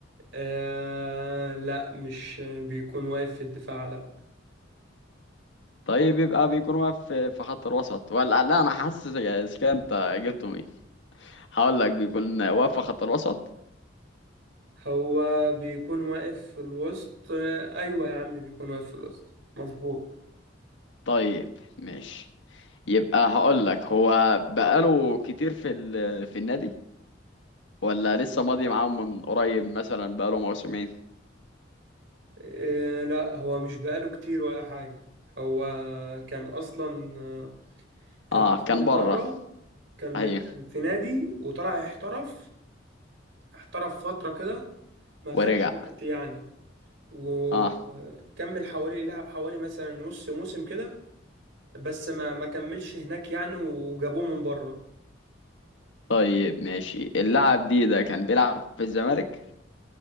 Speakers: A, on the right; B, on the left.
A: آه لا مش بيكون واقف في الدفاع لا
B: طيب يبقى بيكون واقف في في خط الوسط ولا لا انا حاسس إذا كان انت جبته مين هقول لك بيكون واقف في خط الوسط
A: هو بيكون واقف في الوسط آه ايوه يا عم بيكون واقف في الوسط مظبوط
B: طيب ماشي يبقى هقول لك هو بقاله كتير في ال... في النادي ولا لسه ماضي معاهم من قريب مثلا بقاله موسمين
A: آه لا هو مش بقاله كتير ولا حاجة هو كان اصلا آه، كان
B: اه
A: اصلا
B: كان بره
A: بره كان
B: ايوه
A: كان في نادي وطلع احترف احترف فترة كده ما
B: ورجع
A: خدش وقت يعني وكمل
B: اه
A: حوالي لعب حوالي مثلا نص موسم كده بس ما ما كملش هناك يعني وجابوه من بره
B: طيب ماشي اللاعب دي ده كان بيلعب في الزمالك